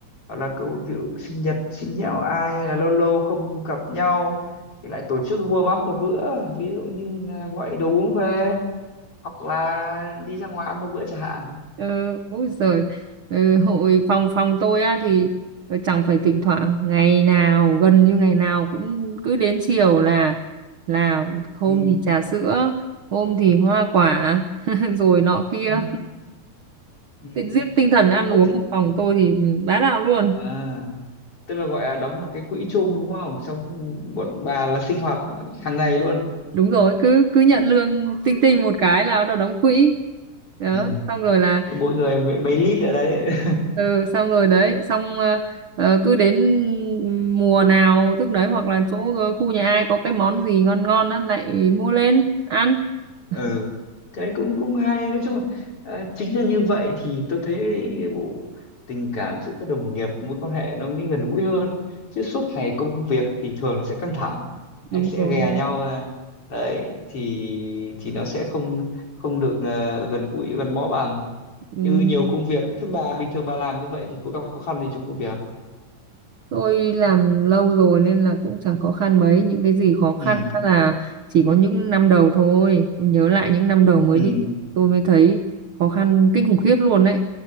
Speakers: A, on the left (about 45°); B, on the right (about 55°).
A: hoặc là cậu ví sinh nhật sinh nhạo ai hay là lâu lâu không gặp nhau thì lại tổ chức warm up một bữa ví dụ như là gọi đồ uống về hoặc là đi ra ngoài ăn một bữa chẳng hạn
B: ừ, ôi giời ừ, hội phòng phòng tôi á thì ờ, chẳng phải thỉnh thoảng ngày nào gần như ngày nào cũng cứ đến chiều là là hôm
A: ừ.
B: thì trà sữa hôm thì hoa quả <laughs> rồi nọ kia
A: Ừ. Ừ.
B: Tự giết tinh thần ăn
A: Ô,
B: uống
A: thì...
B: của phòng tôi thì ừ, bá đạo luôn
A: à, tức là gọi là đóng một cái quỹ chung đúng không xong bọn bà là sinh hoạt hàng ngày luôn
B: đúng rồi cứ cứ nhận lương tinh tinh một cái là nó đóng quỹ đó
A: ừ.
B: xong rồi là
A: mỗi người mấy, mấy lít ở đấy <laughs>
B: ừ xong rồi đấy xong ờ, ờ, cứ đến mùa nào thức đấy hoặc là chỗ ờ, khu nhà ai có cái món gì ngon ngon á lại mua lên ăn
A: ừ
B: <laughs>
A: cái cũng cũng hay nói chung là à, chính là như vậy thì tôi thấy bộ tình cảm giữa các đồng nghiệp mối quan hệ nó mới gần gũi hơn chứ suốt ngày công việc thì thường nó sẽ căng thẳng anh
B: đúng
A: sẽ
B: rồi
A: ghè nhau à. đấy thì thì nó sẽ không không được à, gần gũi gắn bó bằng
B: ừ.
A: như nhiều công việc thứ ba bình thường bà làm như vậy thì có gặp khó khăn gì trong công việc không?
B: tôi làm lâu rồi nên là cũng chẳng khó khăn mấy những cái gì khó khăn
A: ừ
B: á là chỉ có những năm đầu thôi nhớ lại những năm đầu mới
A: ừ
B: đi tôi mới thấy khó khăn kinh khủng khiếp luôn đấy